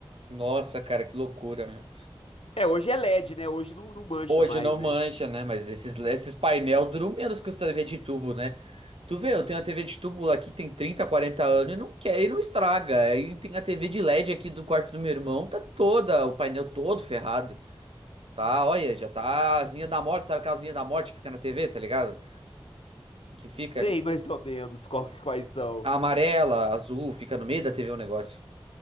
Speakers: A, on the right (about 80°); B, on the left (about 80°).
A: Nossa, cara, que loucura, meu.
B: É, hoje é LED, né? Hoje não, não mancha
A: Hoje
B: mais,
A: não mancha,
B: né?
A: né? Mas esses, esses painel duram menos que os TV de tubo, né? Tu vê, eu tenho a TV de tubo aqui, tem trinta quarenta anos e não quer, e não estraga. Aí tem a TV de LED aqui do quarto do meu irmão, tá toda, o painel todo ferrado. Tá, olha, já tá as linhas da morte, sabe aquelas linhas da morte que fica na TV, tá ligado? Que fica
B: Sei
A: ali.
B: mais ou menos qual, que- quais são.
A: A amarela, azul, fica no meio da TV o negócio.